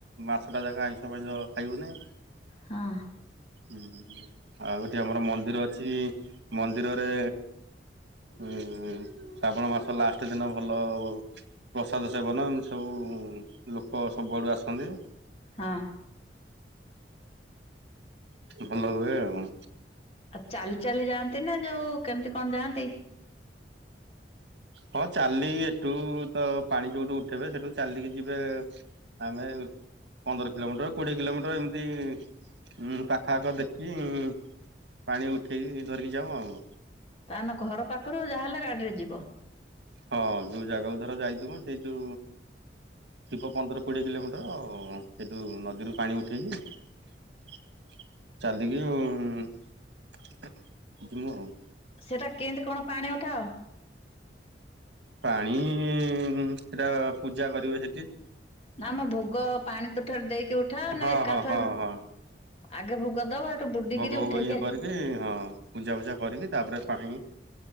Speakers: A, on the right; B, on the left.
A: ମାସଟା ଯାକ ଆଇଁଷ ଫାଇଁଷ ଖାଇବୁନି।
B: ହଁ।
A: ଉଁ ହୁଁ ଆଉ ଏଠି ଆମର ମନ୍ଦିର ଅଛି ମନ୍ଦିରରେ ଉଁ ଶ୍ରାବଣ ମାସ ଲାଷ୍ଟ ଦିନ ଭଲ ପ୍ରସାଦ ସେବନ ଏମତି ସବୁ ଲୋକ ସବୁଆଡୁ ଆସନ୍ତି।
B: ହଁ।
A: ହୁଁ ଭଲ ହୁଏ ଆଉ।
B: ଚାଲ ଚାଲି ଯାଆନ୍ତି ନା ଯୋଉ କେମିତି କଣ ଯାଆନ୍ତି?
A: ହଁ ଚାଲି ଏଠୁ ତ ପାଣି ଯୋଉଠୁ ଉଠେଇବେ ସେଠୁ ଚାଲିକି ଯିବେ ଆମେ ପନ୍ଦର କିଲୋମିଟର କୋଡିଏ କିଲୋମିଟର ଏମିତି ଉ ପାଖ ଆଖ ଦେଖି ଉଁ ପାଣି ଉଠେଇି ଧରିକି ଯାଉଁ ଆଉ।
B: ତା ଆମେ ଘର ପାଖୁରୁ ଯାହାହେଲେ ଗାଡିରେ ଯିବୁ।
A: ହଁ ଯୋଉ ଜାଗାକୁ ଧର ଯାଇଥିବ ସେଇଠୁ ଥିବ ପନ୍ଦର କୋଡ଼ିଏ କିଲୋମିଟର ସେଇଠୁ ନଦୀରୁ ପାଣି ଉଠେଇକି ଚାଲିକି ଉଁ ଜି ମୁ ଆଉ।
B: ସେଟା କେମିତି କଣ ପାଣି ଉଠାଅ?
A: ପାଣି ସେଟା ପୂଜା କରିବେ ସେଠି।
B: ନାମ ଭୋଗ ପାଣି ତୁଠରେ ଦେଇକି ଉଠାଅ ନା
A: ହଁ
B: ଏକାଥର
A: ହଁ ହଁ ହଁ।
B: ଆଗେ ଭୋଗ ଦବ ବୁଡିକିରି
A: ଭୋଗ ଫୋଗ
B: ଉଠେଇକି
A: ଇଏ କରିକି ହଁ ପୂଜା ଫୂଜା କରିକି ତାପରେ ପାଣି